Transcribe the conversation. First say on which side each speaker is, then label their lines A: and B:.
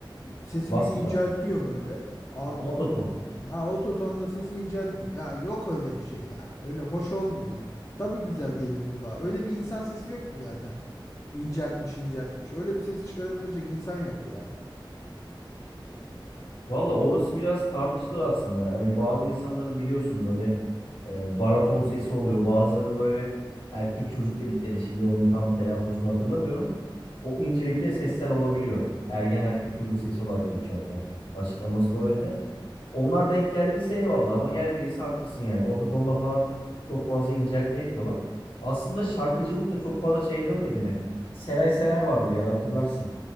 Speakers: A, on the left; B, on the left.
A: Sesi
B: Bas
A: bir
B: gitar.
A: inceltiyor böyle. Abi
B: Ha, Ototon.
A: ha, ototonda sesi inceltiyor. Ya yok öyle bir şey ya. Öyle hoş olmuyor ya. Tabii güzel gelir kulağa. Öyle bir insan sesi yok ki zaten. İnceltmiş inceltmiş. Öyle bir ses çıkarabilecek insan yok ya.
B: Valla orası biraz tartışılır aslında. Hani bazı insanların biliyorsun böyle e, baraton sesi oluyor. Bazılarının böyle erkek çocuk dedikleri şimdi onun tam telaffuzunu hatırlamıyorum. O incelikte sesler olabiliyor. Ergen erkek çocuğu sesi olarak geçiyor hatta. Açıklaması da o yönde. Onlar denk geldiyse eyvallah ama gelmediyse haklısın yani. Ototonla falan çok fazla inceltme yapıyorlar. Aslında şarkıcılık da çok fazla şeye dönmedi mi? Seray Sever vardı bir ara hatırlarsın.